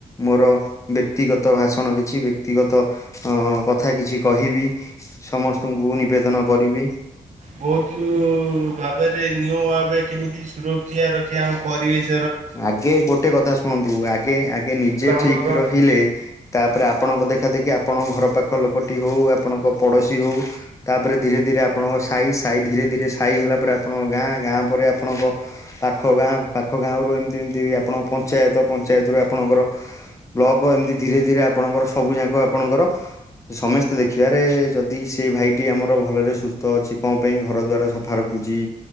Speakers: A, on the left; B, on the right.
A: ମୋର ବ୍ୟକ୍ତିଗତ ଭାଷଣ କିଛି ବ୍ୟକ୍ତିଗତ ଅ କଥା କିଛି କହିବି। ସମସ୍ତଙ୍କୁ ନିବେଦନ କରିବି।
B: ବହୁତୁ ଭାବରେ ନିୟମ ଭାବେ କେମିତି ସୁରକ୍ଷା ରଖିବା ଆମ ପରିବେଶ
A: ଆଗେ ଗୋଟେ କଥା ଶୁଣନ୍ତୁ, ଆଗେ ଆଗେ ନିଜେ
B: ଗ୍ରାମର
A: ଠିକ୍ ରହିଲେ ତାପରେ ଆପଣଙ୍କ ଦେଖା ଦେଖି, ଆପଣଙ୍କ ଘର ପାଖ ଲୋକଟି ହଉ, ଆପଣଙ୍କ ପଡୋଶୀ ହଉ ତାପରେ ଧୀରେ ଧୀରେ ଆପଣଙ୍କ ସାଇ, ସାଇ, ଧୀରେ ଧୀରେ ସାଇ ହେଲା ପରେ, ଆପଣଙ୍କ ଗାଁ, ଗାଁ ପରେ ଆପଣଙ୍କ ପାଖ ଗାଁ, ପାଖ ଗାଁ ରୁ ଏମିତି ଏମିତି ଆପଣ ପଞ୍ଚାୟତ, ପଞ୍ଚାୟତରୁୁ ଆପଣଙ୍କର ବ୍ଲକ, ଏମିତି ଧୀରେ ଧୀରେ ଆପଣଙ୍କର ସବୁ ଯାକ ଆପଣଙ୍କର ସମସ୍ତେ ଦେଖିବାରେ, ଯଦି ସେ ଭାଇଟି ଆମର ଭଲରେ ସୁସ୍ଥ ଅଛି। କଣ ପାଇଁ ଘର ଦ୍ଵାରା ସଫା ର ଖୁଚି,